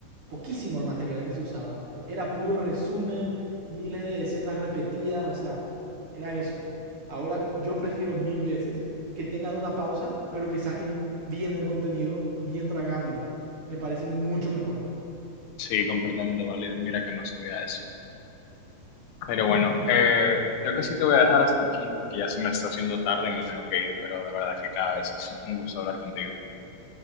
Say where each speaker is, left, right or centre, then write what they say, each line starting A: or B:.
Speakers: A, on the right; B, on the left.
A: poquísimo el material que se usaba. Era puro resumen, miles de escenas repetidas, o sea, era eso. Ahora yo prefiero mil veces que tengan una pausa, pero que saquen bien el contenido, bien tragable. Me parece mucho mejor.
B: Sí, completamente válido. Mira que no sabía eso. Pero bueno, eh, creo que sí te voy a dejar hasta aquí porque ya se me está haciendo tarde y me tengo que ir, pero de verdad que cada vez es un gusto hablar contigo.